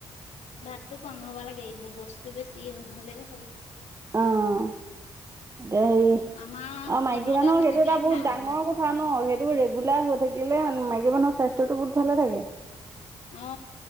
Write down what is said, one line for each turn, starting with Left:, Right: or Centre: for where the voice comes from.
Left: ভাতটো কম হ'ব লাগে এইবোৰ বস্তু বেছি হলে হ'ল
Right: আহ এ হেৰি
Left: আমাৰ
Right: অ মাইকী
Left: ইহঁতে
Right: মানুহৰ
Left: তেনেকেই
Right: সেইটো এটা
Left: খাই
Right: বহুত
Left: আমাৰ
Right: ডাঙৰ কথা ন সেইটো ৰেগুলাৰ হৈ থাকিলে মাইকী মানুহৰ স্বাস্থ্যত টো বহুত ভালে থাকে
Left: অ